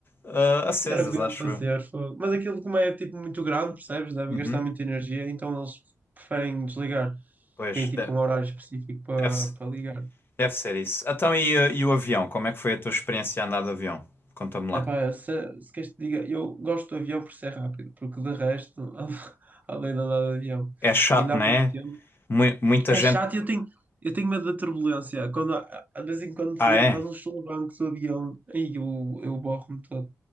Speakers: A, on the left; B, on the right.
A: ah, acesas,
B: Era o que deviam
A: acho
B: fazer.
A: eu.
B: fogo. Mas aquilo, como é tipo muito grande, percebes? Deve
A: Uhum.
B: gastar muita energia, então eles preferem desligar.
A: Pois,
B: Tem tipo
A: de-
B: um horário específico para
A: deve-se.
B: para ligar.
A: Deve ser isso. Então, e, uh, e o avião? Como é que foi a tua experiência a andar de avião? Conta-me lá.
B: Epá, se, se queres te diga, eu gosto do avião por ser rápido, porque de resto, <laughs> além de andar de avião,
A: É chato,
B: ainda
A: não
B: há pouco
A: é?
B: tempo.
A: Mu- muita
B: É
A: gente.
B: chato, e eu tenho, eu tenho medo da turbulência. Quando, há- há- de vez em quando
A: Ah,
B: faz,
A: é?
B: faz uns solavancos o avião, aí eu, eu borro-me todo.